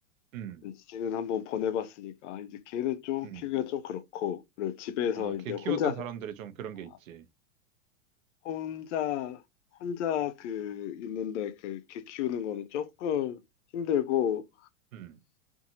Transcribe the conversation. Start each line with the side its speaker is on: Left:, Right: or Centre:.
Right: 음.
Left: 이제 개는 한번 보내봤으니까 이제 개는 좀
Right: 음.
Left: 키우기가 좀 그렇고 그리고 집에서
Right: 아,
Left: 이제
Right: 개 키웠던
Left: 혼자
Right: 사람들이 좀 그런
Left: 아,
Right: 게 있지.
Left: 혼자 혼자 그 있는데 그 개 키우는 거는 조금 힘들고
Right: 음.